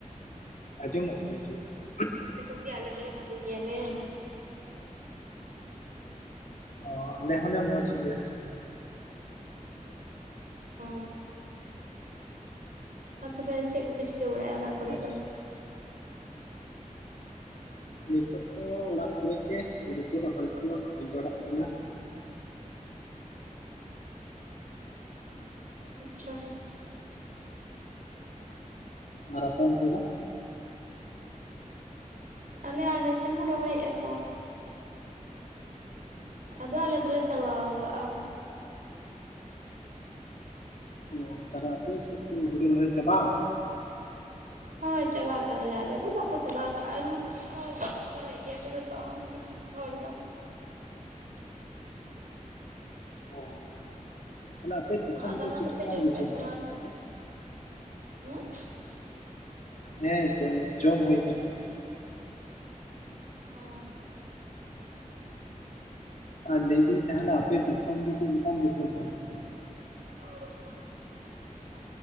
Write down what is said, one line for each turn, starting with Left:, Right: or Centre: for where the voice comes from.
Left: ᱟᱸᱡᱚᱢᱚᱜ ᱠᱟᱱᱟ ᱟᱸᱡᱚᱢᱚᱜ ᱠᱟᱱᱟ᱾
Right: ᱠᱷᱩᱵ ᱜᱮ ᱟᱞᱮ ᱫᱚᱞᱮ ᱵᱷᱟᱜᱮᱹ ᱜᱮᱭᱟᱞᱮ᱾
Left: ᱚ ᱟᱞᱮ ᱦᱚᱸᱞᱮ ᱢᱚᱡᱽ ᱜᱮᱭᱟ᱾
Right: ᱚ, ᱟᱨ ᱛᱚᱵᱮ ᱪᱮᱫ ᱠᱚᱯᱮ ᱪᱤᱠᱟᱹ ᱵᱟᱲᱟᱭᱟᱭᱮᱫ ᱟ ᱚᱲᱟᱜ ᱠᱚᱨᱮ
Left: ᱟᱨ
Right: ᱫᱚ?
Left: ᱱᱤᱛᱚᱜ ᱫᱚ ᱚᱲᱟᱜ ᱠᱚᱨᱮ ᱜᱮ ᱦᱩᱲᱩ ᱠᱚ ᱨᱚᱦᱚᱭ ᱠᱚ ᱦᱩᱭ ᱵᱟᱲᱟᱜ ᱠᱟᱱᱟ᱾
Right: ᱟᱪᱪᱷᱟ᱾
Left: ᱟᱨ ᱟᱯᱮ ᱚᱱᱛᱮ ᱫᱚ?
Right: ᱟᱞᱮ ᱟᱞᱮᱥᱮᱱ ᱦᱚᱸ ᱨᱚᱦᱚᱭᱮᱫ-ᱟ ᱠᱚ᱾ ᱟᱫᱚ ᱟᱞᱮ
Left: ᱟᱪᱪᱷᱟ
Right: ᱫᱚᱞᱮ
Left: ᱟᱪᱪᱷᱟ
Right: ᱪᱟᱵᱟᱣ ᱟᱠᱟᱫ-ᱟ᱾
Left: ᱚ ᱛᱟᱦᱚᱞᱮ ᱟᱯᱮ ᱥᱮᱫ ᱛᱚ ᱦᱩᱲᱩ ᱨᱚᱦᱚᱭ ᱪᱟᱵᱟᱜ ᱟᱠᱟᱱᱟ?
Right: ᱦᱳᱭ ᱪᱟᱵᱟ ᱟᱠᱟᱫᱟᱞᱮ ᱟᱞᱮ ᱫᱚ ᱵᱟᱠᱚ ᱪᱟᱵᱟ ᱟᱠᱟᱜ-ᱟ ᱟᱭᱢᱟ ᱠᱚ ᱨᱚᱦᱚᱭ ᱮᱫ ᱜᱮᱭᱟ ᱠᱚ᱾ ᱛᱚᱦᱚᱢ ᱠᱤᱪᱩ ᱜᱷᱚᱲ ᱫᱚᱢ
Left: ᱚ ᱦᱮᱸ ᱦᱮᱸ ᱛᱟᱦᱞᱮ ᱟᱯᱮ ᱫᱤᱥᱚᱢ
Right: ᱟᱨ ᱫᱟᱠᱟ
Left: ᱫᱚ ᱪᱮᱫ
Right: ᱠᱚᱯᱮ
Left: ᱞᱮᱠᱟᱱ
Right: ᱡᱚᱢ
Left: ᱫᱤᱥᱚᱢ
Right: ᱠᱮᱜᱼᱟ ᱥᱮ
Left: ᱠᱟᱱᱟ
Right: ᱵᱟᱝ?
Left: ᱛᱟᱦᱚᱞᱮ?
Right: ᱦᱩᱸ?
Left: ᱦᱮᱸ ᱡᱚᱢ ᱡᱚᱢ ᱦᱩᱭ ᱠᱟᱱᱟ᱾
Right: ᱚ
Left: ᱟᱨ ᱞᱟᱹᱭ ᱫᱤᱧ ᱛᱟᱦᱚᱞᱮ ᱟᱯᱮ ᱫᱤᱥᱚᱢ ᱫᱚ ᱪᱮᱫ ᱞᱮᱠᱟᱱ ᱫᱤᱥᱚᱢ ᱠᱟᱱ ᱛᱟᱯᱮᱭᱟ?
Right: <inaudible>